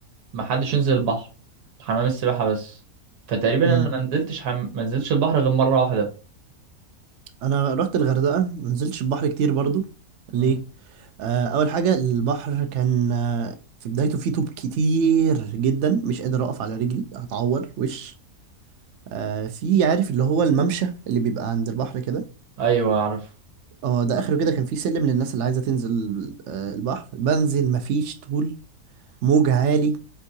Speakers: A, on the right; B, on the right.
A: ما حدش ينزل البحر حمام السباحة بس فتقريبا أنا
B: امم
A: ما نزلتش حم... ما نزلتش البحر غير مرة واحدة
B: انا رحت الغردقه ما نزلتش البحر كتير برضو
A: مم.
B: ليه آه، اول حاجه البحر كان آه، في بدايته فيه طوب كتير جدا مش قادر اقف على رجلي هتعور وش آه، في عارف اللي هو الممشى اللي بيبقى عند البحر كده
A: أيوه أعرف
B: اه ده اخره كده كان فيه سلم للناس اللي عايزه تنزل آه، البحر بنزل مفيش طول موج عالي